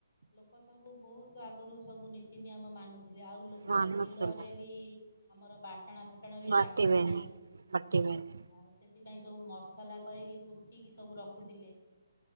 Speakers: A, on the left (about 65°); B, on the right (about 70°).
A: ଲୋକ ସବୁ ବହୁତ ଆଗରୁ ସବୁ ନୀତି ନିୟମ ମାନୁଥିଲେ ଆଉ ଲୋ ଲୋକ
B: ମାନୁଥିଲେ
A: ଶିଳରେ ବି ଆମର ବାଟଣା ଫାଟଣ ବି
B: ବାଟିବେନି
A: ବାଟନ୍ତି ନାହିଁ।
B: ବାଟିବେନି
A: ଆଉ ସେଥିପାଇଁ ସବୁ ମସଲା କରିକି କୁଟିକି ସବୁ ରଖୁଥିଲେ।